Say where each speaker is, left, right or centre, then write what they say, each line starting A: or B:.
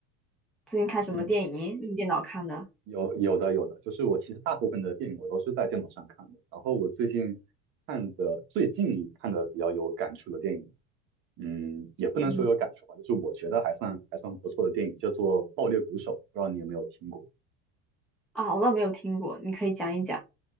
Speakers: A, in the centre; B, on the right.
A: 最近看什么电影？
B: 嗯，
A: 用电脑看的
B: 有有的有的，就是我其实大部分的电影我都是在电脑上看的，然后我最近看的最近看的比较有感触的电影嗯，也不能说有感触吧，
A: 嗯
B: 就是我觉得还算还算不错的电影，叫做《爆裂鼓手》，不知道你有没有听过
A: 啊？我倒没有听过，你可以讲一讲。